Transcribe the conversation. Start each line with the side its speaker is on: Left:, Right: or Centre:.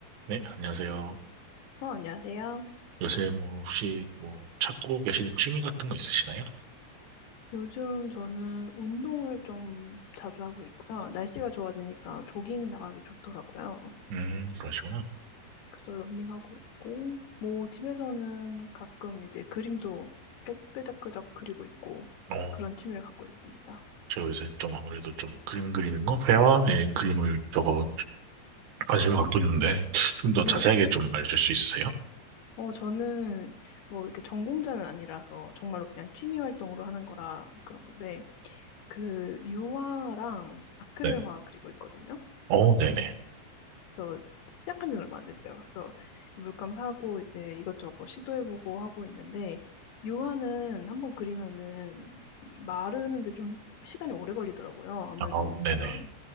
Right: 네, 안녕하세요.
Left: 어, 안녕하세요.
Right: 요새 뭐 혹시 뭐 찾고 계시는 취미 같은 거 있으시나요?
Left: 요즘 저는 운동을 좀 자주 하고 있고요. 날씨가 좋아지니까 조깅 나가기 좋더라고요.
Right: 음, 그러시구나.
Left: 그래서 러닝하고 있고, 뭐 집에서는 가끔 이제 그림도 끄- 끄적끄적 그리고 있고
Right: 어,
Left: 그런 취미를 갖고 있습니다.
Right: 제가 요새 좀 아무래도 좀 그림 그리는 거, 회화의 그림을 저거 관심을 갖고 있는데 좀 더
Left: 네.
Right: 자세하게 좀 알려줄 수 있으세요?
Left: 어, 저는 뭐 이렇게 전공자는 아니라서 정말로 그냥 취미 활동으로 하는 거라 그런 건데, 그 유화랑 아크릴화
Right: 네.
Left: 그리고 있거든요.
Right: 어, 네네.
Left: 그래서 시작한 지는 얼마 안 됐어요. 그래서 물감 사고 이제 이것저것 시도해보고 하고 있는데 유화는 한번 그리면은 마르는데 좀 시간이 오래 걸리더라고요. 아무래도
Right: 아, 네네.
Left: 그런